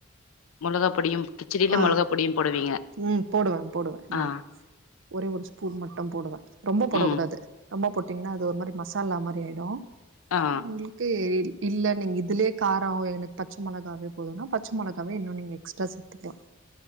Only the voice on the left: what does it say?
மொளகா பொடியும் கிச்சடில
மொளகா பொடியும் போடுவீங்க
ஆ
ம்
ஆ